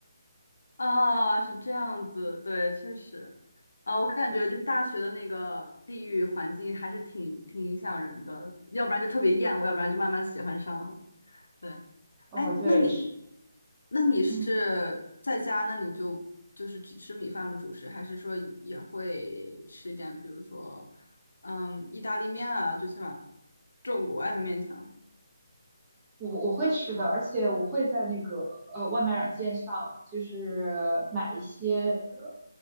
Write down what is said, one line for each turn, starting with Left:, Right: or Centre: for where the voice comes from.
Left: 啊，是这样子，对，确实，啊，我感觉就是大学的那个地域环境还是挺挺影响人的，要不然就特别厌恶，要不然就慢慢喜欢上了。对，
Right: 哦，
Left: 哎，
Right: 对，
Left: 那你，
Right: 是，
Left: 那你是在家，
Right: 嗯。
Left: 那你就就是只吃米饭吗？主食，还是说也会吃一点，比如说，嗯，意大利面啊，最起码这种国外的面条。
Right: 我我会吃的，而且我会在那个呃外卖软件上，就是买一些呃